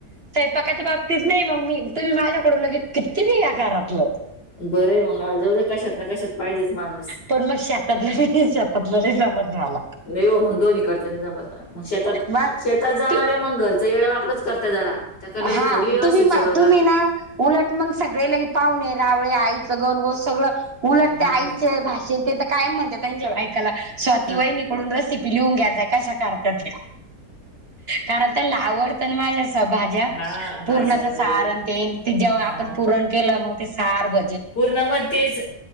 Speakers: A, on the right (about 40°); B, on the left (about 85°).
A: पकाच्या बाबतीत नाही म मी तुम्ही माझ्याकडून लगे किती मी घरातलं.
B: बरं आहे मंग जाऊ कशात ना कशात पाहिजेच माणूस.
A: पण मग शेतातलं नाही शेतातलं नाही जमत मला.
B: नही हो मग दोन्ही कडच नाही जमत मग शेतात
A: मग
B: शेत आता जाणाऱ्या
A: तू
B: मग घरचं येडवाकड करत जरा. त्याकडे लगे
A: हा
B: थोडी व्यवस्थित
A: तुम्ही मा
B: सगळं करते
A: तुम्ही ना. उलट मग सगळे लई पावणे रावळे आईचं गनो गस सगळं उलट
B: हम्म
A: त्या आईचे भाषे ते तर कायम म्हणतात त्यांच्या बायकाला स्वातीवहिनी
B: हा
A: कडून रेसिपी लिहून घ्यायच्या कशा करताय त्या. कारण त्याला आवडत ना माझ्या अस भाज्या
B: हा, भाज्या
A: पुरणाचा
B: वगैरे
A: सार अन ते जेव्हा
B: हा
A: आपण पुरण केलं मग ते सार भ
B: पूर्ण मत तेच